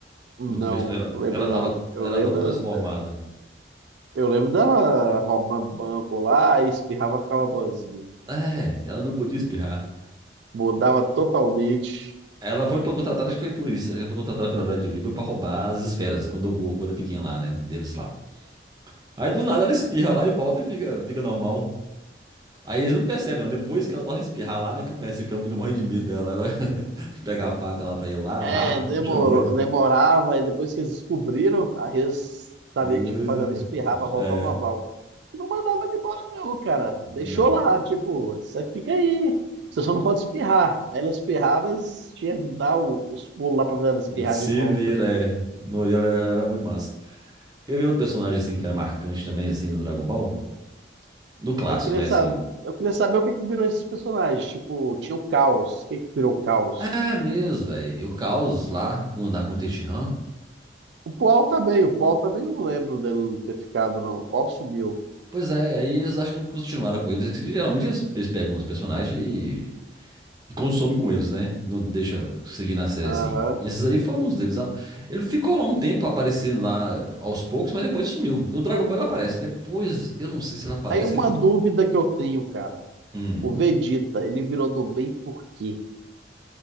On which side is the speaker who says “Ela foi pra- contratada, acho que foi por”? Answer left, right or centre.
Right